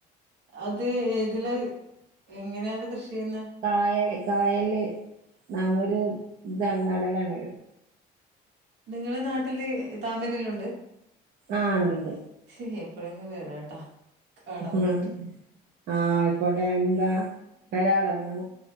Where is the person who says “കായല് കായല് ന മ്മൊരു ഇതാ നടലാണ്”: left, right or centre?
Right